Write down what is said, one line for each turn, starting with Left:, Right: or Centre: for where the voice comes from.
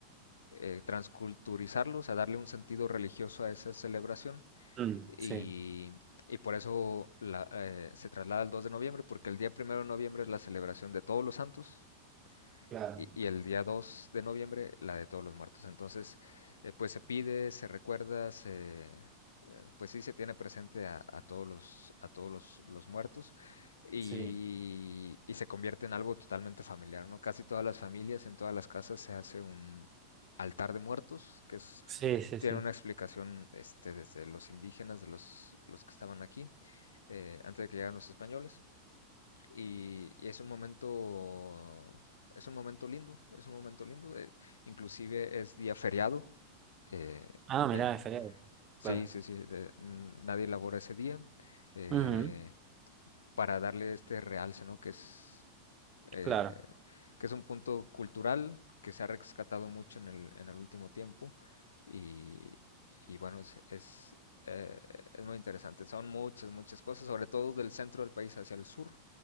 Left: eh, transculturizarlo, o sea, darle un sentido religioso a esa celebración
Right: Mm,
Left: y,
Right: sí,
Left: y por eso la- eh, se traslada al 2 de noviembre, porque el día primero de noviembre es la celebración de todos los santos,
Right: claro,
Left: y, y el día 2 de noviembre, la de todos los muertos. Entonces, eh, pues se pide, se recuerda, se, eh, pues sí se tiene presente a, a todos los, a todos los, los muertos y,
Right: sí.
Left: y se convierte en algo totalmente familiar, ¿no? Casi todas las familias, en todas las casas se hace un altar de muertos, que es,
Right: Sí, sí,
Left: tiene
Right: sí.
Left: una explicación este, desde los indígenas, de los, los que estaban aquí, eh, antes de que llegaran los españoles y, y es un momento, es un momento lindo, es un momento lindo. eh, inclusive es día feriado. eh,
Right: Ah, mirá,
Left: en,
Right: es feriado.
Left: sí,
Right: Claro.
Left: sí, sí, de- nadie labora ese día. eh,
Right: Ujú,
Left: para darle este realce, ¿no? Que es, eh,
Right: claro,
Left: que es un punto cultural que se ha rescatado mucho en el, en el último tiempo y, y bueno, es, es, eh, es muy interesante. Son muchas, muchas cosas, sobre todo del centro del país hacia el sur